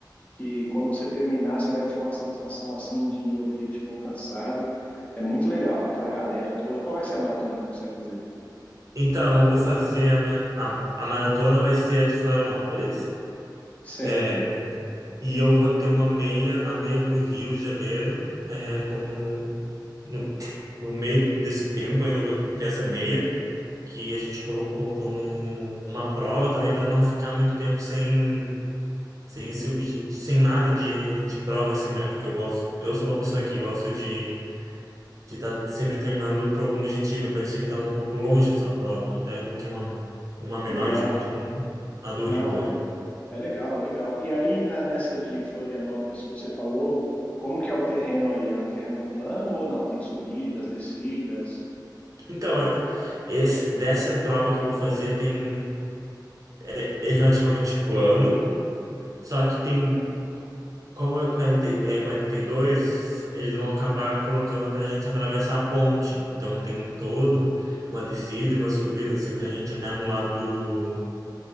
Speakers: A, on the left; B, on the right.
A: que quando você terminar, você vai ter uma sensação, assim, de objetivo alcançado. É muito legal, aquela galera toda. Qual vai ser a maratona que você vai fazer?
B: Então, eu vou fazer a, minha, a, a maratona vai ser a de Florianópolis.
A: Certo?
B: É, e eu vou ter uma meia, a meia do Rio de Janeiro, é, como no, no meio desse tempo ainda vou ter essa meia, que a gente colocou como uma prova também para não ficar muito tempo sem sem esse objetivo, sem nada de, de prova, assim, né? Porque eu gosto, eu sou uma pessoa que gosto de de estar sempre treinando para algum objetivo, e parecia que estava um pouco longe essa prova. Daí eu coloquei uma, uma menor
A: Legal.
B: de 21, a do
A: Não,
B: Rio daí.
A: é legal, é legal. E aí, na- nessa de Florianópolis que você falou, como que é o terreno aí? É um terreno plano ou não? Tem subidas, descidas?
B: Então, é- esse, dessa prova que eu vou fazer tem é, é relativamente plano, só que tem, como é 40, e- é 42, eles vão acabar colocando para a gente atravessar a ponte. Então tem todo uma descida e uma subida, assim, para a gente até no lado